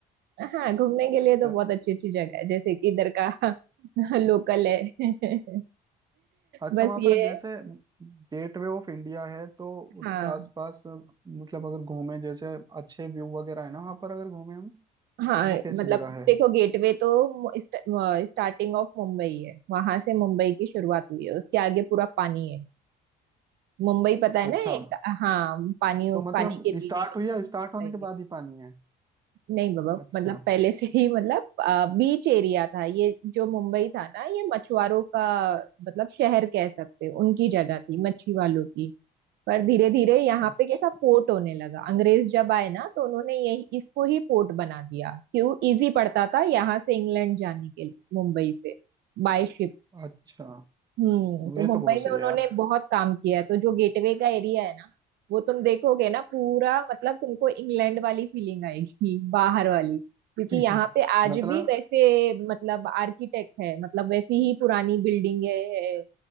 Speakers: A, on the right; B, on the right.
A: हाँ घूमने के लिए तो
B: जाए
A: बहुत अच्छी अच्छी जगह है जैसे कि इधर का <laughs> लोकल है <laughs>
B: अच्छा
A: बस
B: वहां
A: ये
B: पर जैसे
A: है,
B: गेटवे ऑफ इंडिया है तो उसके
A: हाँ
B: आसपास मतलब अगर घूमे जैसे अच्छे व्यू वगैरह है ना वहां पर अगर घूमे हम
A: हाँ
B: वो कैसी
A: मतलब
B: जगह है
A: देखो गेटवे तो स्टार्टिंग ऑफ मुंबई है वहां से मुंबई की शुरुआत हुई है उसके आगे पूरा पानी है मुंबई पता है
B: अच्छा
A: ना एक हाँ पानी
B: तो मतलब
A: पानी के बीच
B: स्टार्ट
A: में
B: हुई या स्टार्ट होने
A: एरिया
B: के बाद ही पानी है
A: नहीं बाबा
B: अच्छा
A: मतलब पहले से ही मतलब बीच एरिया था ये जो मुंबई था ना ये मछुआरों का मतलब शहर कह सकते हो उनकी जगह थी मच्छी वालों की पर धीरे धीरे यहाँ
B: अच्छा
A: पे कैसा पोर्ट होने लगा अंग्रेज जब आए ना तो उन्होंने यही इसको ही पोर्ट बना दिया क्यों इजी पड़ता था यहाँ से इंग्लैंड जाने के लिए मुंबई से बाय शिप
B: अच्छा
A: हम्म तो
B: ये
A: मुंबई
B: तो बहुत सही
A: में उन्होंने
B: है यार
A: बहुत काम किया है तो जो गेटवे का एरिया है ना वो तुम देखोगे ना पूरा मतलब तुमको इंग्लैंड वाली फीलिंग आएगी <laughs> बाहर वाली क्योंकि
B: <laughs>
A: यहाँ पे आज
B: मतलब
A: भी वैसे मतलब आर्किटेक्ट है मतलब वैसी ही पुरानी बिल्डिंग है